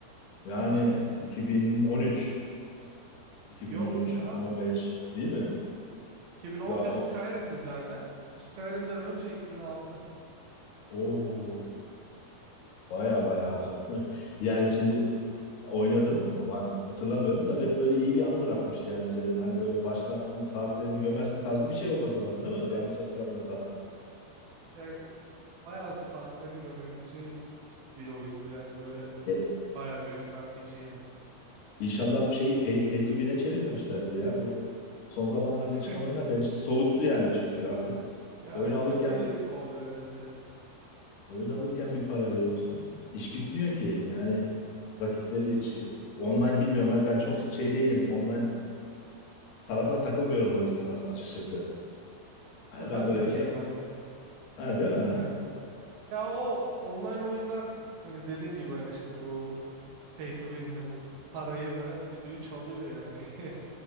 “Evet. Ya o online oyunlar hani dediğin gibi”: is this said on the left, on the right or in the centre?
Right